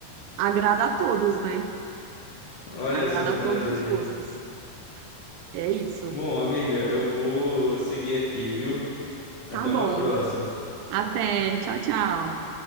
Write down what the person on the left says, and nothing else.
Olha
só que
maravilha.
Bom, amiga, eu vou seguir aqui, viu? Até
uma próxima.